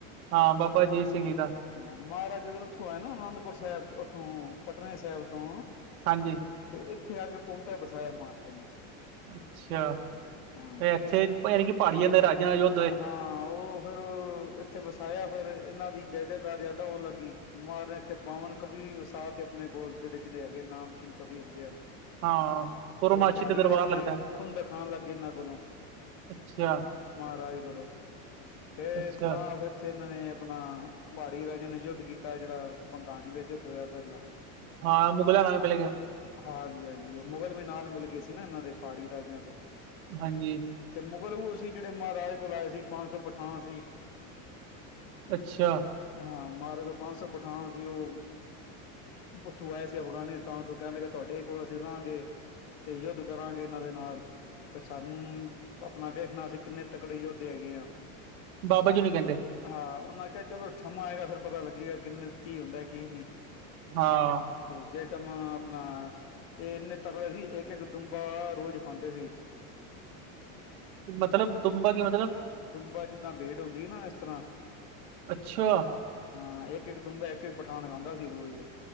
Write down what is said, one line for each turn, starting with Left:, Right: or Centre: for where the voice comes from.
Right: ਹਾਂ ਬਾਬਾ ਅਜੀਤ ਸਿੰਘ ਜੀ ਦਾ।
Left: ਹਾਂ ਮਹਾਰਾਜਾ ਜਦੋਂ ਉੱਥੋਂ ਆਇਆ ਨਾ ਅਨੰਦਪੁਰ ਸਾਹਿਬ ਉੱਥੋਂ ਪਟਨ ਸਾਹਿਬ ਤੋਂ।
Right: ਹਾਂਜੀ,
Left: ਤੇ ਇੱਥੇ ਅ ਕੇ ਪੌਟਾ ਵਸਾਇਆ ਮਹਾਰਾਜ ਨੇ
Right: ਅੱਛਾ
Left: ਹਾਂਜੀ।
Right: ਤੇ ਇੱਥੇ ਯਾਨੀ ਕਿ ਪਹਾੜੀਆਂ ਦੇ ਰਾਜਿਆਂ ਯ।
Left: ਹਾਂ ਉਹ ਫੇਿਰ ਇੱਥੇ ਵਸਾਇਆ ਫੇਿਰ ਇਹਨਾਂ ਦੀ ਜੈ ਜੈਕਾਰ ਯਾਦਾਂ ਹੋਣ ਲੱਗਗੀਈ। ਮਾਰਨ ਇੱਥੇ ਬਾਵਨ ਕਵੀ ਵਸਾ ਤੇ ਆਪਣੇ ਕੋਲ ਜਿਹੜੇ ਜਿਹੜੇ ਹੈਗੇ ਨਾਮ ਚੀਨ ਕਵੀ ਹੁੰਦੇ ਹਨ।
Right: ਹਾਂ ਪੁਰਮਾਸ਼ੀ
Left: ਉਹ ਪਹਾੜੀ
Right: ਤੇ ਦਰਬਾਰ
Left: ਰਾਜੇ
Right: ਲੱਗਦਾ
Left: ਖੁਨਦਕ ਖਾਣ ਲੱਗਗੇਏ ਇਹਨਾਂ ਕੋਲੋਂ।
Right: ਅੱਛਾ
Left: ਈ ਗਲ ਫ
Right: ਅੱਛਾ
Left: ਨਾੇ <unintelligible> ਉੱਥੇ ਇਹਨਾਂ ਨੇ ਆਪਣਾ ਪਹਾੜੀ ਰਾਜਿਆਂ ਨੇ ਯੁੱਧ ਕੀਤਾ ਜਿਹੜਾ ਬੰਗਾਣੀੀ ਦਾ ਯੁੱਧ ਹੋਇਆ ਪਹਿਲਾਂ।
Right: ਹਾਂ ਮੁਗਲਾ ਨਾਲ ਪਹਿਲੇ
Left: ਹਾਂਜੀ ਹਾਂਜੀ ਉਹ ਮੁਗਲ ਵੀ ਨਾਲ ਮਿਲ ਗਏ ਸੀ ਨਾ ਇਹਨਾਂ ਦੇ ਪਹਾੜੀ ਰਾਜਿਆਂ ਦੇ
Right: ਹਾਂਜੀ
Left: ਤੇ ਮੁਗਲ ਉਹ ਸੀ ਜਿਹੜੇ ਮਹਾਰਾਜੇ ਕੋਲ ਆਏ ਸੀ ਪੰਜ ਸੌ ਪਠਾਂਨ ਸੀ।
Right: ਅੱਛਾ
Left: ਹਾਂ ਮਾਰੇ ਤੋਂ ਪੰਜ ਸੌ ਪਠਾ ਨ ਸੀ ਉਹ ਉੱਥੋਂ ਆਏ ਸੀ ਅਫਗਾਨਿਸਤਾਨ ਤੋਂ ਕਹਿਣ ਲੱਗੇ ਤੁਹਾਡੇ ਕੋਲ ਅਸੀਂ ਰਹਾਂਗੇ। ਤੇ ਯੁੱਧ ਕਰਾਂਗੇ ਇਹਨਾਂ ਦੇ ਨਾਲ ਫ ਸਾਨੂੰ ਆਪਣਾ ਵੇਖਣਾ ਅਸੀਂ ਕਿੰਨੇ ਤਕੜੇ ਯੋਦੇ ਹੈਗੇ ਆ।
Right: ਬਾਬਾ ਜੀ ਨੀ ਕਹਿੰਦੇ
Left: ਹਾਂ ਉਹਨਾਂ ਕਿਹਾ ਚਲੋ ਸਮਾਂ ਆਏਗਾ ਫਿਰ ਪਤਾ ਲੱਗੇਗਾ ਕਿੰਨੇ ਕੀ ਹੁੰਦਾ ਕੀ ਨਹੀਂ।
Right: ਹਾਂ
Left: ਤੇ ਜੇ ਟਾਈਮ ਆਪਣਾ। ਇਹ ਇੰਨੇ ਤਕੜੇ ਸੀ ਇੱਕ ਇੱਕ ਦੁੰਬਾ ਰੋਜ਼ ਖਾਂਦੇ ਸੀ।
Right: ਮਤਲਬ ਦੁਬਾ ਕੇ ਮਤਲਬ।
Left: ਦੂੰਬ ਜਿੱਦਾਂ ਬੇਟ ਹੁੰਦੀ ਨਾ ਇਸ ਤਰ੍ਹਾਂ।
Right: ਅੱਛਾ
Left: ਹਾਂ ਇੱਕ ਇੱਕ ਦੁੰਬਾ ਇੱਕ ਇੱਕ ਪਠਾਨ ਖਾਂਦਾ ਸੀ ਰੋਜ਼ ਦਾ।